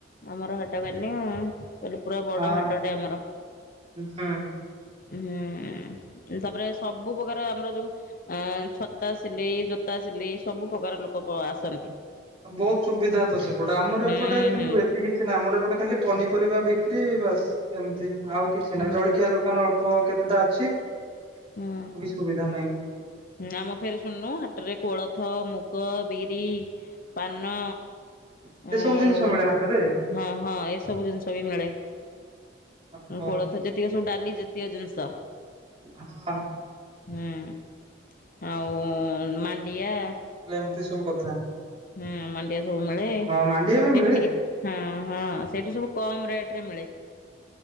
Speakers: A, on the left; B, on the right.
A: ଆମର ହାଟ କାଲି ଆଉ କାଲି ପୁରା ବଡ
B: ହଁ।
A: ହାଟଟେ ଆମର।
B: ହୁଁ।
A: ହୁଁ ତାପରେ ସବୁ ପ୍ରକାର ଆମର ଯୋଉ ଆଁ ଛତା ସିଲେଇ ଜୋତା। ସିଲେଇ ସବୁ ପ୍ରକାର ଲୋକ ବ - ଆସନ୍ତି।
B: ବହୁତ ସୁବିଧା ତ ସେପଟେ ଆମର
A: ହୁଁ
B: ଏପଟେ କିନ୍ତୁ
A: ହୁଁ
B: ବେଶୀ କିଛି ନାହିଁ ଆମର ଏପଟେ ଖାଲି ପନିପରିବା ବି କ୍ରି ବାସ ଏମିତି ଆଉ କିଛି
A: ହୁଁ
B: ନାହିଁ ଜଳଖିଆ ଦୋକାନ ଅଳ୍ପ କେତେଟା ଅଛି। ଆଉ
A: ହୁଁ।
B: କିଛି ସୁବିଧା ନାହିଁ।
A: ଆମ ଫେର ଶୁଣୁନୁ ହାଟରେ କୋଳଥ ମୁଗ ବିରି ପାନ।
B: ଏତେ
A: ଆଉ
B: ସବୁ ଜିନିଷ ମିଳେ ହାଟରେ
A: ହଁ ହଁ ଏସବୁ ଜିନିଷ ବି ମିଳେ।
B: ଓହୋ
A: କୋଳଥ ଯେତିକ ସବୁ ଡାଲି ଜାତିଅ ଜିନିଷ।
B: ହଁ।
A: ହୁଁ ଆଉ ମାଣ୍ଡିଆ।
B: ଏଲେ ଏମିତି ସବୁ କଥା।
A: ହୁଁ ମାଣ୍ଡିଆ ସବୁ ମିଳେ
B: ହଁ ମାଣ୍ଡିଆ ବି
A: ସେଇଠି
B: ମିଳେ?
A: ଟିକେ ହଁ। ହଁ ସେଇଠୁ ସବୁ କମ୍ ରେଟ ରେ ମିଳେ।